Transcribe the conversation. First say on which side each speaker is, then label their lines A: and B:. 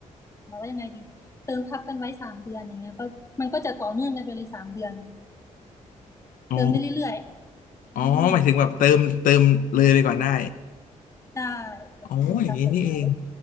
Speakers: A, on the left; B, on the left.
A: แบบว่ายังไงดีเติมทับกันไว้สามเดือนอย่างเงี้ยก็มันก็จะต่อเนื่องกันไปเลยสามเดือน
B: อ๋อ
A: เติมได้เรื่อยๆอืม
B: อ๋อหมายถึงแบบเติมเติมเลยไปก่อนได้
A: ได้แบบเติมสะสมไว้
B: อ๋ออย่างนี้นี่เอง